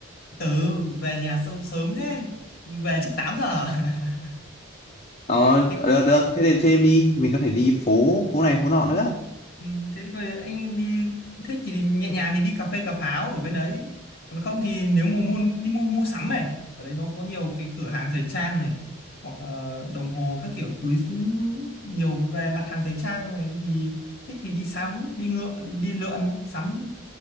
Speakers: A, on the left; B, on the left.
A: từ về nhà sớm, sớm thế về trước tám giờ <laughs>
B: ờ được
A: thế
B: được thế thì thêm đi mình có thể đi phố phố này phố nọ nữa
A: Ừ, thế thì coi anh đi thích thì nhẹ nhàng thì đi cà phê cà pháo ở bên đấy còn không thì nếu mà mua đi mua mua sắm này ở đấy nó có nhiều cái cửa hàng thời trang này hoặc ờ, đồng hồ các kiểu túi ừ, nhiều về mặt hàng thời trang này thì thích thì đi sắm đi ngựa đi lượn sắm